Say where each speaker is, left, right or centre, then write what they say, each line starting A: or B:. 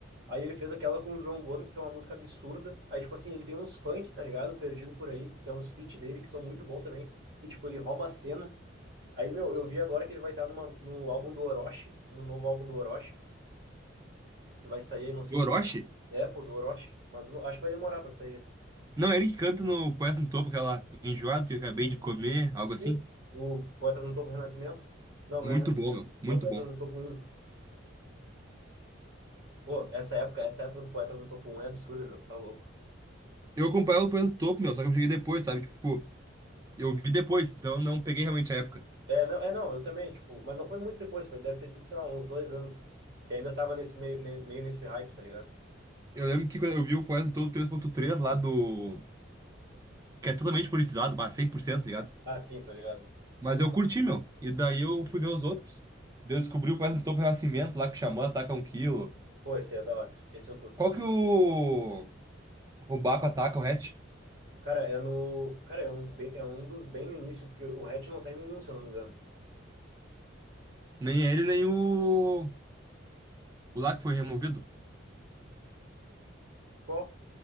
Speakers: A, on the right (about 55°); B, on the right (about 20°).
A: Aí ele fez aquela com o João Gomes, que é uma música absurda. Aí, tipo assim, ele tem uns funk, tá ligado? Perdido por aí, que é uns feat dele, que são muito bom também. E, tipo, ele rouba a cena Aí, meu, eu vi agora que ele vai estar numa, no álbum do Orochi, no novo álbum do Orochi, que vai sair aí, não sei.
B: Do Orochi?
A: É, pô, do Orochi. Mas eu acho que vai demorar pra sair esse.
B: Não, é ele que canta no Poeta no Topo, aquela enjoado que eu acabei de comer, algo
A: Sim.
B: assim.
A: O Poetas no Topo Renascimento? Não,
B: Muito
A: não é Renascimento.
B: bom, meu. Muito
A: É o Poetas
B: bom.
A: no Topo Um. Pô, essa época, essa época do Poetas no Topo Um é absurda, meu. Tá louco.
B: Eu acompanhava o Poeta no Topo, meu, só que eu cheguei depois, sabe? Tipo, eu vi depois, então eu não peguei realmente a época.
A: É, não, é, não, eu também, tipo, mas não foi muito depois, foi, deve ter sido, sei lá, uns dois anos. Que ainda tava nesse meio, ne- meio nesse hype, tá ligado?
B: Eu lembro que quando eu vi o Poeta no Topo 3.3 lá do. Que é totalmente politizado, bah, cem por cento tá ligado?
A: Ah, sim, tô ligado.
B: Mas eu curti, meu. E daí eu fui ver os outros. Daí Eu descobri o Poeta no Topo Renascimento lá que o Xamã ataca um quilo.
A: Pô, esse é da hora. Esse eu curto.
B: Qual que o, o Baco ataca o Hatch?
A: Cara, é no. Cara, é um, bem- é um dos bem no início, porque o Hatch não tá em nenhum, se eu não me engano.
B: Nem ele, nem o, o lá que foi removido.
A: Qual?